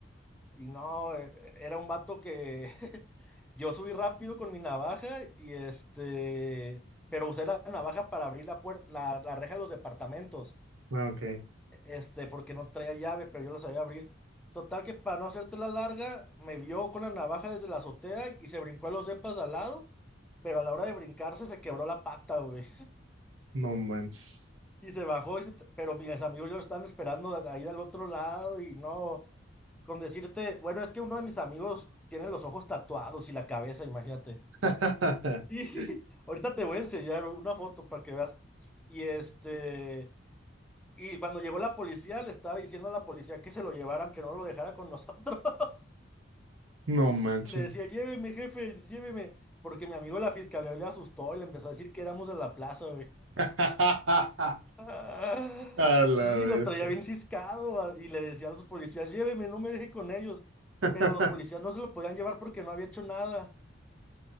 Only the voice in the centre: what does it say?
Y no, e- era un vato que <laughs> yo subí rápido con mi navaja y este, pero usé la navaja para abrir la puerta, la, la reja de los departamentos,
e, este, porque no traía llave, pero yo la sabía abrir. Total que para no hacerte la larga, me vio con la navaja desde la azotea y se brincó a los depas de al lado, pero a la hora de brincarse se quebró la pata, güey.
Y se bajó, y se t- pero mis amigos ya lo estaban esperando de- ahí del otro lado y no, con decirte, bueno, es que uno de mis amigos tiene los ojos tatuados y la cabeza, imagínate.
Y <laughs> ahorita te voy a enseñar una foto para que veas. Y este, y cuando llegó la policía, le estaba diciendo a la policía que se lo llevaran, que no lo dejara con nosotros. <laughs>
Le decía, lléveme, jefe, lléveme, porque mi amigo de la fiscalía le asustó y le empezó a decir que éramos de la plaza,
Ah,
sí,
lo traía bien ciscado ah, y le decía a los policías, lléveme, no me deje con ellos.
Pero los policías no se lo podían llevar porque no había hecho nada.